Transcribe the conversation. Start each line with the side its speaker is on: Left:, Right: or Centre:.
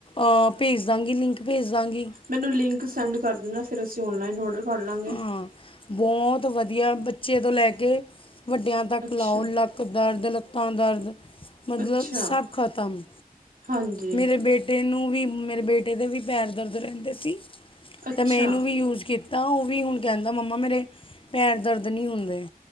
Left: ਅ-ਭੇਜ ਦਾਂਗੀ ਲਿੰਕ ਭੇਜ ਦਾਂਗੀ।
Right: ਮੈਨੂੰ ਲਿੰਕ ਸੈਂਡ ਕਰ ਦੇਣਾ ਫ਼ਿਰ ਅਸੀਂ ਔਨਲਾਈਨ ਔਡਰ ਕਰ ਲਾਂਗੇ।
Left: ਹਾਂ ਬਹੁਤ ਵਧੀਆ ਬੱਚੇ ਤੋਂ ਲੈ ਕੇ ਵੱਡਿਆਂ ਤੱਕ
Right: ਅੱਛਾ,
Left: ਲਾਓ ਲੱਕ ਦਰਦ ਲੱਤਾਂ ਦਰਦ ਮਤਲਬ
Right: ਅੱਛਾ
Left: ਸਭ ਖਤਮ
Right: ਹਾਂਜੀ,
Left: ਮੇਰੇ ਬੇਟੇ ਨੂੰ ਵੀ ਮੇਰੇ ਬੇਟੇ ਦੇ ਵੀ ਪੈਰ ਦਰਦ ਰਹਿੰਦੇ ਸੀ
Right: ਅੱਛਾ,
Left: ਤਾਂ ਮੈਂ ਇਹਨੂੰ ਵੀ ਯੂਜ ਕੀਤਾ ਉਹ ਵੀ ਹੁਣ ਕਹਿੰਦਾ ਮੰਮਾ ਮੇਰੇ ਪੈਰ ਦਰਦ ਨਹੀਂ ਹੁੰਦੇ